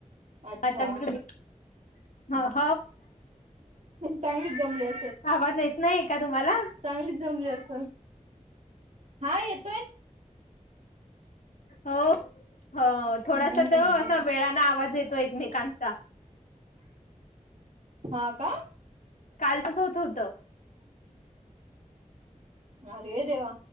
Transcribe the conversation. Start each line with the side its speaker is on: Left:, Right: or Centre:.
Right: अच्छा
Left: आता घरी - हं
Right: चांगलेच जमले.
Left: आवाज येत नाही का तुम्हाला.
Right: चांगलीच जमली अस हा येत
Left: होा हो थोडासा
Right: हम्म
Left: तर असा वेळने आवाज येतो एकमेकांचा
Right: हा का
Left: कालचच होत होत.
Right: ह. अरे देवा